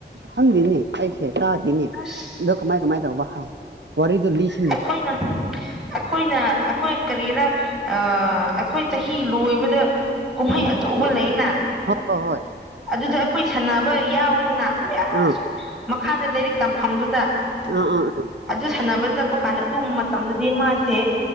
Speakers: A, on the right (about 75°); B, in the centre.
A: ꯍꯪꯗꯅꯦ ꯑꯩꯁꯦ ꯇꯥꯗꯤꯅꯦ
B: ꯑꯁ
A: ꯑꯗꯣ ꯀꯃꯥꯏ ꯀꯃꯥꯏ ꯇꯧꯕ ꯍꯥꯎ ꯋꯥꯔꯤꯗꯣ ꯂꯤꯁꯤꯜꯂꯨ
B: ꯑꯩꯈꯣꯏꯅ ꯑꯩꯈꯣꯏꯅ ꯑꯩꯈꯣꯏ ꯀꯔꯤꯔꯥ ꯑ ꯑꯩꯈꯣꯏ ꯆꯍꯤ ꯂꯣꯏꯕꯗ ꯀꯨꯝꯍꯩ ꯑꯆꯧꯕ ꯂꯩꯅ
A: ꯍ ꯑ ꯍꯣꯏ
B: ꯑꯗꯨꯗ ꯑꯩꯈꯣꯏ ꯁꯥꯟꯅꯕ ꯌꯥꯎꯋꯗꯅ ꯑꯩꯈꯣꯏ ꯑꯁ
A: ꯑꯥ
B: ꯃꯈꯥꯗ ꯂꯥꯏꯔꯤꯛ ꯇꯝꯐꯝꯗꯨꯗ
A: ꯑꯥ ꯑꯥ ꯑꯥ
B: ꯑꯗꯨ ꯁꯥꯟꯅꯕ ꯆꯠꯄ ꯀꯥꯟꯗ ꯑꯗꯨꯒꯨꯝꯕ ꯃꯇꯝꯗꯗꯤ ꯃꯥꯁꯦ